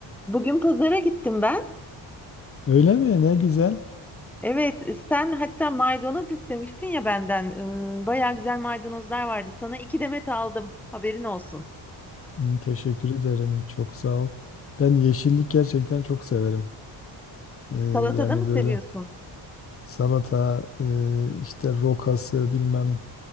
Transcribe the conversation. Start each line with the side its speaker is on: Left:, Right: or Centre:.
Centre: Bugün pazara gittim ben.
Left: Öyle mi? Ne güzel.
Centre: Evet, sen hatta maydanoz istemiştin ya benden. Im, Bayağı güzel maydanozlar vardı. Sana iki demet aldım. Haberin olsun.
Left: Hmm, Teşekkür ederim. Çok sağ ol. Ben yeşillik gerçekten çok severim. Ee,
Centre: Salatada
Left: yani
Centre: mı seviyorsun?
Left: böyle salata, e, işte rokası, bilmem